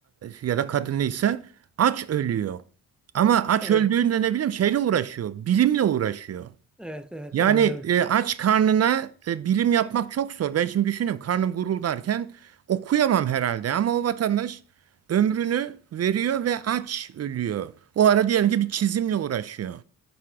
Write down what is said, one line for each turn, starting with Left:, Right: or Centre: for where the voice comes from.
Right: ya da kadın neyse aç ölüyor. Ama aç
Centre: Evet,
Right: öldüğünde ne bileyim şeyle uğraşıyor, bilimle uğraşıyor.
Centre: evet, evet
Right: Yani
Centre: anlıyorum.
Right: e, aç karnına e, bilim yapmak çok zor. Ben şimdi düşünüyorum karnım guruldarken okuyamam herhalde ama o vatandaş ömrünü veriyor ve aç ölüyor. O ara diyelim ki bir çizimle uğraşıyor.